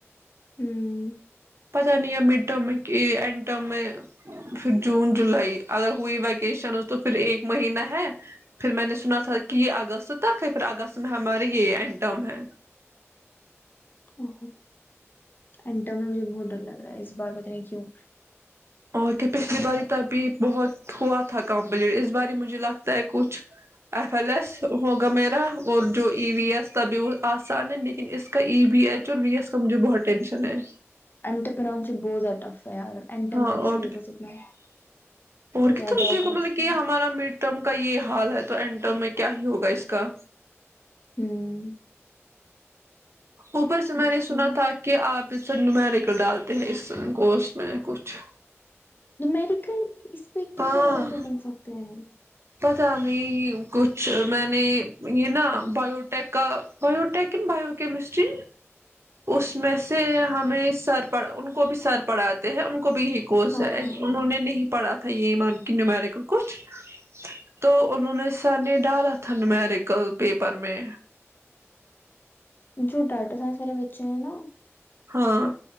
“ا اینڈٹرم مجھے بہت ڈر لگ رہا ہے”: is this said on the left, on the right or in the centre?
Left